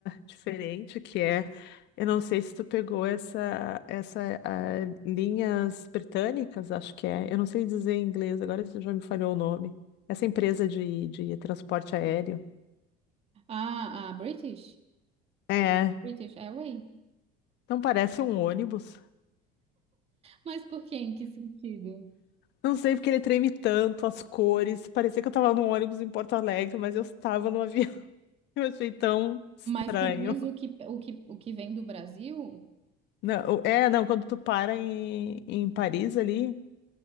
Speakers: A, on the left; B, on the right.
A: diferente que é, eu não sei se tu pegou essa, essa ah, linhas britânicas, acho que é. Eu não sei dizer em inglês, agora isso já me falhou o nome. Essa empresa de, de transporte aéreo.
B: Ah, a British?
A: É,
B: British Airways?
A: não parece um ônibus.
B: Mas por quê? Em que sentido?
A: Não sei porque ele treme tanto, as cores. Parecia que eu tava num ônibus em Porto Alegre, mas eu estava no avião. <laughs> Eu achei tão estranho.
B: Mas tu diz o que, o que, o que vem do Brasil?
A: Não, é, não, quando tu para em, em Paris ali,